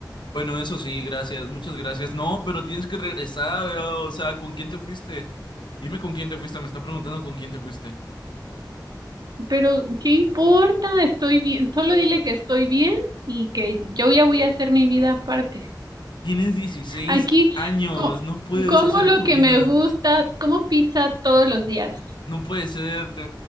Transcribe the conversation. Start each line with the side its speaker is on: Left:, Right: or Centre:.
Left: Bueno, eso sí, gracias, muchas gracias. No, pero tienes que regresar, eh, o sea, ¿con quién te fuiste? Dime con quién te fuiste, me está preguntando con quién te fuiste.
Right: Pero, ¿qué importa? Estoy bien. Solo dile que estoy bien y que yo ya voy a hacer mi vida aparte.
Left: Tienes 16
Right: Aquí,
Left: años,
Right: co-
Left: no puedes
Right: como
Left: hacer
Right: lo
Left: tu
Right: que
Left: vida.
Right: me gusta, como pizza todos los días.
Left: No puede ser, te